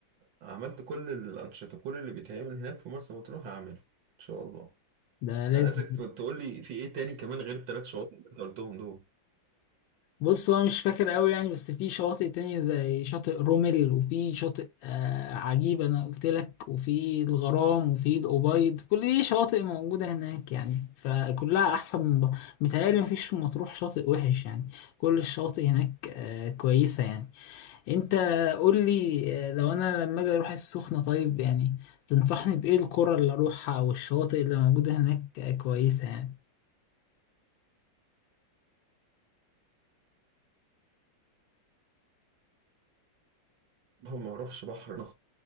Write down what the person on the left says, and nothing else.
ده لازم
بص هو مش فاكر قوي يعني بس في شواطئ تانية زي شاطئ رومل وفي شاطئ آه عجيب انا قلت لك وفي الغرام وفي الأبيض كل دي شواطئ موجودة هناك يعني فكلها احسن من بعض متهيألي مفيش في مطروح شاطئ وحش يعني كل الشواطئ هناك آه كويسة يعني انت قول لي آه، لو انا لما اجي اروح السخنة طيب يعني تنصحني بإيه القرى اللي اروحها والشواطئ اللي موجودة هناك آه كويسة يعني